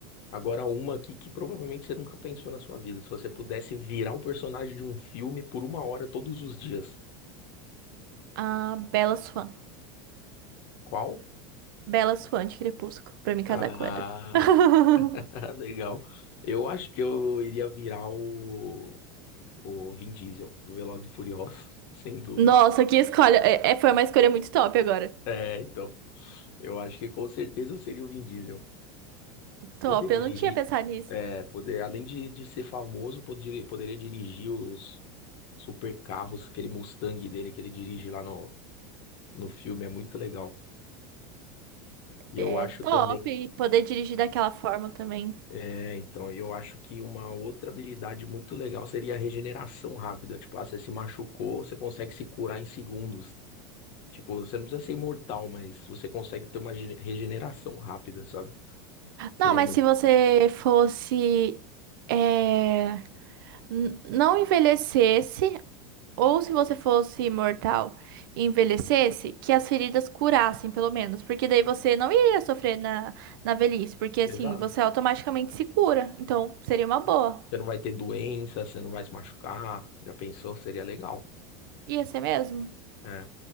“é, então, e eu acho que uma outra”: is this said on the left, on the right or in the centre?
Left